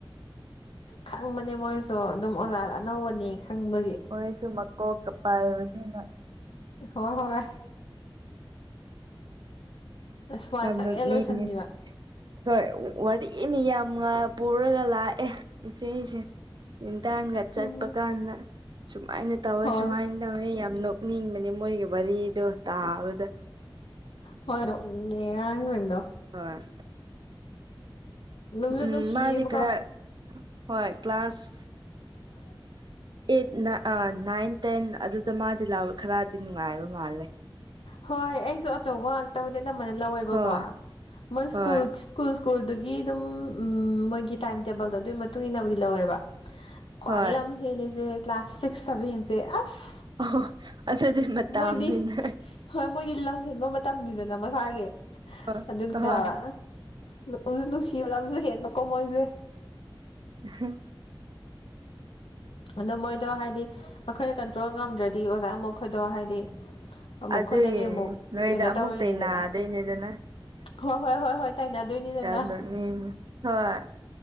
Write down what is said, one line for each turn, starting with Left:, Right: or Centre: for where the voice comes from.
Left: ꯈꯪꯕꯅꯦ ꯃꯣꯏꯁꯨ ꯑꯗꯨꯝ ꯑꯣꯖꯥ ꯑꯅꯧꯕꯅꯤ ꯈꯪꯕꯒꯤ
Right: ꯃꯣꯏꯁꯨ ꯃꯀꯣꯛ ꯄꯥꯏꯕꯅꯤꯅ
Left: ꯍꯣꯏ ꯍꯣꯏ ꯑꯁ꯭ꯋꯥꯏ
Right: ꯌꯥꯝ
Left: ꯁꯪꯉꯦ
Right: ꯅꯣꯛꯅꯤꯡꯉꯦ
Left: ꯂꯣꯏꯁꯤꯟꯈꯤꯕ
Right: ꯍꯣꯏ ꯋꯥꯔꯤ ꯃꯤ ꯌꯥꯝ ꯄꯨꯔꯒ ꯂꯥꯛꯑꯦ ꯏꯆꯦꯁꯦ ꯦꯟꯗꯥꯡꯒ ꯆꯠꯄ
Left: ꯍꯣꯏ
Right: ꯀꯥꯟꯗ ꯁꯨꯃꯥꯏꯅ ꯇꯧꯋꯦ
Left: ꯍꯣꯏ
Right: ꯁꯨꯃꯥꯏꯅ ꯅꯧꯦ ꯌꯥꯝ ꯅꯣꯛꯅꯤꯡꯕꯅꯦ ꯃꯣꯏꯒꯤ ꯋꯥꯔꯤꯗꯣ ꯇꯥꯕꯗ
Left: ꯍꯣꯏ ꯅꯣꯛꯅꯤꯡꯉ ꯑꯉꯥꯡꯁꯤꯡꯗꯣ
Right: ꯑ
Left: ꯅꯨꯡꯁꯨ
Right: ꯎꯝ
Left: ꯅꯨꯡꯁꯤꯌꯦꯕꯀꯣ
Right: ꯃꯥꯗꯤ ꯈꯔ ꯍꯣꯏ ꯀ꯭ꯂꯥꯁ
Left: ꯎ
Right: ꯑꯦꯠ ꯅꯥꯏꯟ ꯇꯦꯟ ꯑꯗꯨꯗ ꯃꯥꯗꯤ ꯂꯥꯎ ꯈꯔꯗꯤ ꯅꯨꯡꯉꯥꯏꯕ ꯃꯥꯜꯂꯦ
Left: ꯍꯣꯏ ꯑꯩꯁꯨ ꯑꯆꯧꯕ ꯉꯥꯛꯇꯕꯨꯗꯤ ꯑꯅꯝꯕꯅ ꯂꯧꯋꯦꯕꯀꯣ
Right: ꯍꯣꯏ
Left: ꯃꯣꯏ
Right: ꯍꯣꯏ
Left: ꯁ꯭ꯀꯨꯜ ꯁ꯭ꯀꯨꯜ ꯁ꯭ꯀꯨꯜꯗꯨꯒꯤ ꯑꯗꯨꯝ ꯎꯝ ꯃꯣꯏꯒꯤ ꯇꯥꯏꯝ ꯇꯦꯕꯜꯗꯣ ꯑꯗꯨꯒꯤ ꯃꯇꯨꯡ ꯏꯟꯅꯕꯨꯗꯤ ꯂꯧꯋꯦꯕ ꯀ꯭ꯋꯥꯏ
Right: ꯍꯣꯏ
Left: ꯑꯃ ꯍꯦꯂꯖꯦ ꯂꯁ ꯆꯕꯤꯁꯦ ꯑꯁ
Right: ꯑꯣ ꯑꯗꯨꯗꯤ ꯃꯇꯝꯅꯤꯅ
Left: ꯃꯣꯏꯗꯤ ꯍꯣꯏ ꯃꯣꯏꯗꯤ ꯂꯝꯁꯤꯦꯟꯕ ꯃꯇꯝꯅꯤꯗꯅ ꯃꯁꯥꯒꯤ
Right: ꯍꯣꯏ
Left: ꯑꯗꯨꯕ
Right: ꯍꯣꯏ
Left: ꯅꯣꯡꯁꯨ ꯅꯨꯡꯁꯤꯕꯗꯕꯨꯁꯨ ꯍꯦꯟꯕꯀꯣ ꯃꯣꯏꯁꯦ
Right: ꯎꯝ
Left: ꯑꯗꯣ ꯃꯣꯏꯗꯣ ꯍꯥꯏꯗꯤ ꯑꯩꯈꯣꯏꯅ ꯀꯟꯇ꯭ꯔꯣꯜ ꯉꯝꯗ꯭ꯔꯗꯤ ꯑꯣꯖꯥ ꯃꯈ ꯑꯩꯣꯏꯗꯣ ꯍꯥꯏꯗꯤ ꯑꯃꯨꯛ
Right: ꯑꯗꯨꯒꯤꯅꯦ
Left: ꯑꯩꯈꯣꯏꯗꯗꯤ ꯑꯃꯨꯛ
Right: ꯅꯣꯏꯗ
Left: ꯀꯩꯅꯣ ꯇꯧꯔꯤꯅꯤꯗꯅ
Right: ꯑꯃꯨꯛꯇ ꯅꯥꯗꯣꯏꯅꯦꯗꯅ
Left: ꯍꯣꯏ ꯍꯣꯏ ꯍꯣꯏ ꯍꯣꯏ ꯇꯥꯏꯅꯗꯣꯏꯅꯤꯗꯅ
Right: ꯌꯥꯣꯅꯤ ꯍꯣꯏ